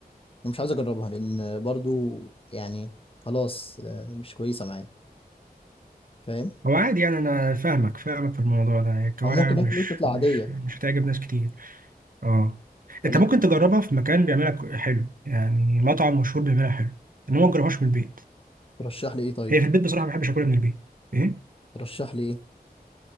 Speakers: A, on the left (about 35°); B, on the right (about 60°).
A: ومش عايز اجربها لان برضو يعني خلاص آه مش كويسه معايا فاهم
B: هو عادي يعني انا فاهمك فاهمك في الموضوع ده الكوارع
A: او ممكن
B: مش
A: اكله تطلع
B: مش
A: عاديه
B: مش هتعجب ناس كتير اه
A: ولكن
B: انت ممكن تجربها في مكان بيعملها كو- حلو يعني مطعم مشهور بيعملها حلو انما ما تجربهاش من البيت
A: ترشح لي ايه طيب
B: هي في البيت بصراحه ما بحبش اكلها من البيت ايه
A: ترشح لي ايه